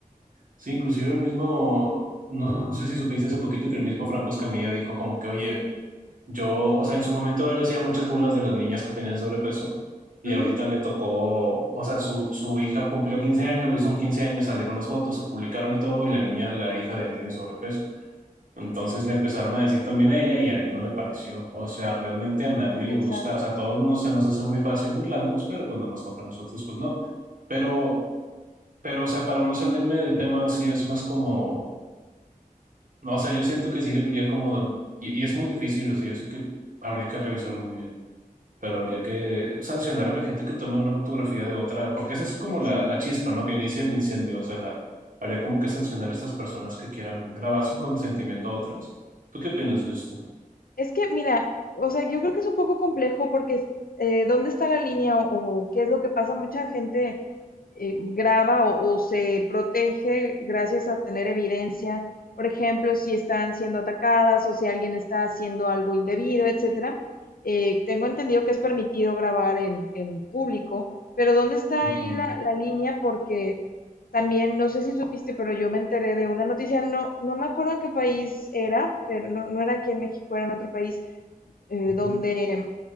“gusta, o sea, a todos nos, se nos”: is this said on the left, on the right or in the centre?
Right